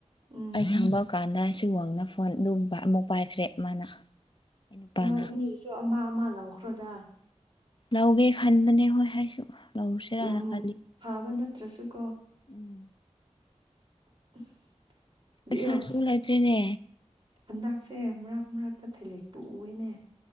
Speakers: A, on the right; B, on the left.
A: ꯎꯝ
B: ꯑꯩ ꯁꯪꯕ ꯀꯥꯟꯗ ꯁꯤ ꯋꯥꯪꯅ ꯐꯣꯟ ꯑꯗꯨ ꯑꯃꯨꯛ ꯄꯥꯏꯈ꯭ꯔꯦ ꯃꯥꯅ ꯑꯩ ꯅꯨꯄꯥꯅ
A: ꯅꯣꯏ ꯑꯅꯤꯁꯨ ꯑꯃ ꯑꯃ ꯂꯥꯎꯈ꯭ꯔꯣꯗ
B: ꯂꯧꯒꯦ ꯈꯟꯕꯅꯦ ꯍꯣꯏ ꯑꯩꯁꯨ ꯂꯧꯔꯨꯁꯤꯔꯥꯅ
A: ꯌꯥꯝ
B: ꯈꯜꯂꯤ
A: ꯐꯕ ꯅꯠꯇ꯭ꯔꯁꯨ ꯀꯣ
B: ꯎꯝ
A: ꯣ
B: ꯄꯩꯁꯥꯁꯨ
A: <unintelligible>
B: ꯂꯩꯇ꯭ꯔꯦꯅꯦ
A: ꯍꯟꯗꯛꯁꯦ ꯃꯔꯛ ꯃꯔꯛꯇ ꯊꯩꯂꯦꯛꯄꯨ ꯎꯏꯅꯦ